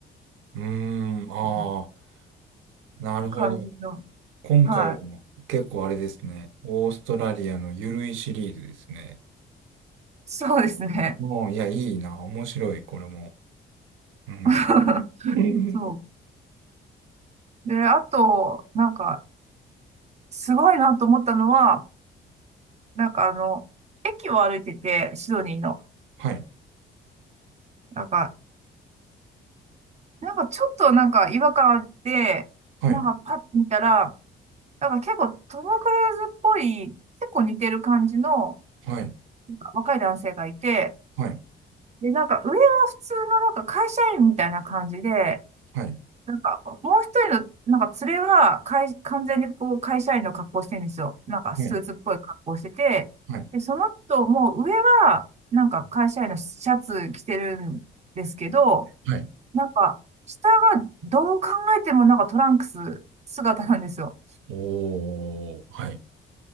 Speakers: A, on the right (about 80°); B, on the right (about 35°).
A: うーん。ああ、
B: うん
A: なるほど。
B: 感じの、
A: 今回は結構あれですね。
B: はい。
A: オーストラリアのゆるいシリーズですね。
B: そうですね。
A: もう、いや、いいな。面白い、これも。うん。
B: <laughs>
A: <laughs>
B: そう。で、あと、なんか、すごいなと思ったのは、なんかあの、駅を歩いてて、シドニーの。
A: はい、
B: なんか、なんかちょっとなんか違和感あって、
A: はい、
B: なんかパッと見たら、なんか結構トム・クルーズっぽい、結構似てる感じの、
A: はい、
B: なんか若い男性がいて、
A: はい、
B: で、なんか上は普通のなんか会社員みたいな感じで、
A: はい、
B: なんかもう一人のなんか連れは会完全にこう会社員の格好してるんですよ。なんかスーツっぽい格好してて、
A: はい、はい、
B: で、その人も上はなんか会社員のシャツ着てるんですけど、
A: はい。
B: なんか下がどう考えてもなんかトランクス姿なんですよ。
A: おー、はい、